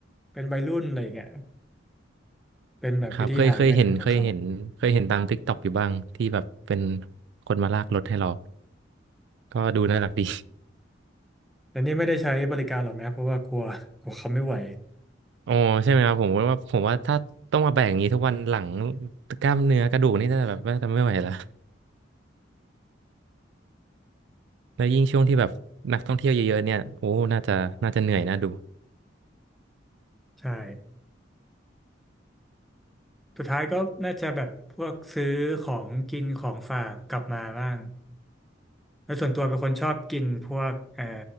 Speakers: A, in the centre; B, on the right (about 65°).
A: เป็นวัยรุ่นอะไรอย่างเงี้ยเป็นแบบวิธีหาเงินของเขา
B: ครับเคยเคยเห็นเคยเห็นเคยเห็นตาม t ิ k ตอกอยู่บ้างที่แบบเป็นคนมาลากรถให้เรา ก็ดูน่ารักดี
A: แต่นี่ไม่ได้ใช้บริการหรอกนะเพราะว่ากลัวกลัวเขาไม่ไหว
B: โอ้ใช่ไหมครับผมว่าผมว่าถ้าต้องมาแบกอย่างนี้ทุกวันหลังกล้ามเนื้อกระดูกนี่น่าจะแบบว่าจะไม่ไหวละแล้วยิ่งช่วงที่แบบนักท่องเที่ยวเยอะๆเนี่ยโอ้น่าจะน่าจะเหนื่อยน่าดู
A: ใช่ สุดท้ายก็น่าจะแบบพวกซื้อของกินของฝากกลับมาบ้างแล้วส่วนตัวเป็นคนชอบกินพวกเอ่อ